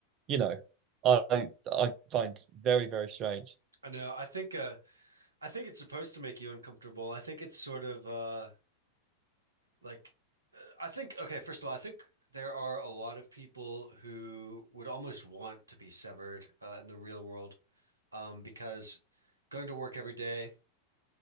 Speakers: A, on the right; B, on the right.
A: you know, I I find very, very strange. <laughs>
B: I know. I think uh, I think it's supposed to make you uncomfortable. I think it's sort of uh, Like, uh, I think, okay, first of all, I think there are a lot of people who would almost want to be severed uh, in the real world um, because going to work every day,